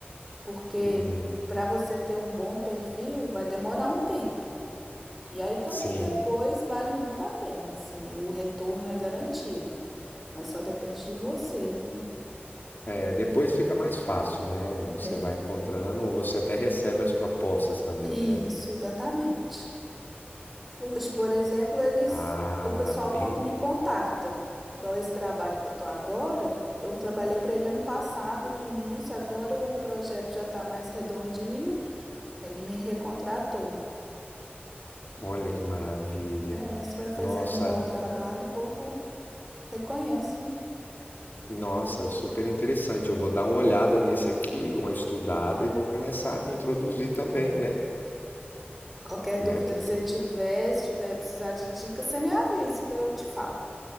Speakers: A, in the centre; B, on the left.
A: porque
B: uhum.
A: para você ter um bom perfil vai demorar um tempo. E aí também
B: Sim.
A: depois vale muito a pena, assim, o retorno é garantido, mas só depende de você, né?
B: É, depois fica mais fácil, né? Você
A: É,
B: vai encontrando ou você até recebe as propostas também,
A: isso,
B: né?
A: exatamente. Hoje, por exemplo, eles,
B: Ah,
A: o pessoal
B: bem.
A: con- me contacta. Igual esse trabalho que eu estou agora, eu trabalhei para ele ano passado, no início, agora o projeto já está mais redondinho, aí ele me recontratou,
B: Olha
A: né?
B: que maravilha.
A: É, você vai fazendo
B: Nossa,
A: um bom trabalho, o povo reconhece, né?
B: nossa, super interessante. Eu vou dar uma olhada nesse aqui, uma estudada e vou começar a me introduzir também, né?
A: Qualquer
B: né?
A: dúvida
B: Porque,
A: que você tiver, se tiver precisar de dica, você me avisa que eu te falo.